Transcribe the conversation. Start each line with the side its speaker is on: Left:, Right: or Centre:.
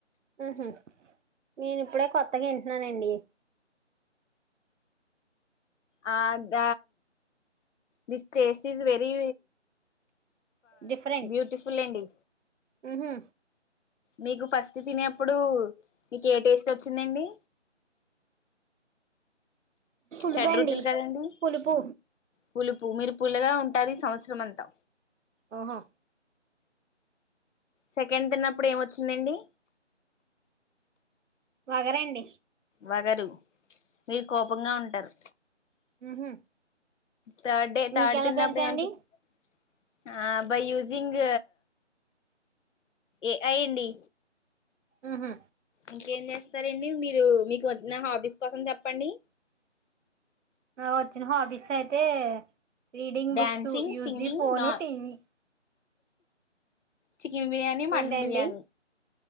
Right: ఉహు నేను ఇప్పుడే కొత్తగా వింటున్నానండి
Left: ఆ the this taste is very
Right: different
Left: beautiful అండి
Right: ఉహు
Left: మీకు ఫస్ట్ తినేప్పడు మీకు ఏ టేస్ట్ వచ్చిందండి
Right: పులుపండి
Left: షడ్ రుచులు కదండి
Right: పులుపు
Left: పులుపు మీరు పుల్లగా ఉంటాది ఈ సంవత్సరంమంతా
Right: ఓహో
Left: సెకండ్ తిన్నప్పుడు ఏమొచ్చిందండి
Right: వాగరండి
Left: వగరు మీరు కోపంగా ఉంటారు
Right: ఉహు
Left: థర్డ్ డే
Right: మీకెలా
Left: థర్డ్ తిన్నప్పుడు
Right: తెలుసండి
Left: ఎమ బై యూజింగ్ ఏఐ అండి
Right: ఉహు
Left: ఇంకేం చేస్తారండి మీరు మీకు వన్న హాఫీస్ కోసం చెప్పండి
Right: వచ్చిన హాబీస్ అయితే reading
Left: dancing
Right: books use
Left: singing
Right: the phone
Left: నా
Right: TV
Left: chicken biryani mutton
Right: ఏంటండి
Left: బిర్యానీ